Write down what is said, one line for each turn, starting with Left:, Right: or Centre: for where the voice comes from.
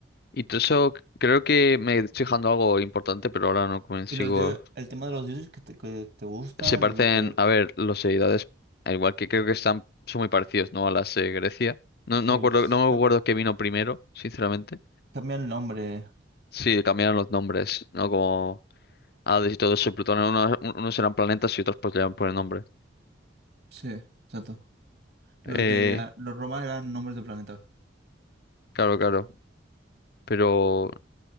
Left: y todo eso, c- creo que me estoy dejando algo importante, pero ahora no consigo.
Right: Y los dios, el tema de los dioses que te, que te gustan,
Left: Se parecen,
Right: los dioses...
Left: a ver, los seguidores, al igual que creo que están, son muy parecidos, ¿no? A las de Grecia. No, no
Right: Sí,
Left: acuerdo,
Right: es-
Left: no me
Right: cam-
Left: acuerdo qué vino primero, sinceramente.
Right: cambia el nombre.
Left: Sí, cambiaron los nombres, ¿no? Como Hades y todo eso, Plutón, unos, unos eran planetas y otros pues le iban por el nombre.
Right: Sí, exacto. Los
Left: Eh,
Right: de ah, los romanos eran nombres de planetas.
Left: claro, claro. Pero